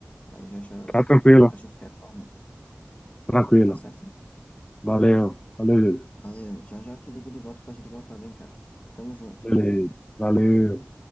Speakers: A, on the left; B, on the left.
A: Aí já já
B: Tá tranquilo,
A: a gente retorna,
B: tranquilo.
A: tá certo?
B: Valeu, valeu, Júlio.
A: Valeu, já já eu te ligo de volta pra gente voltar a brincar. Tamo junto.
B: Beleza, valeu.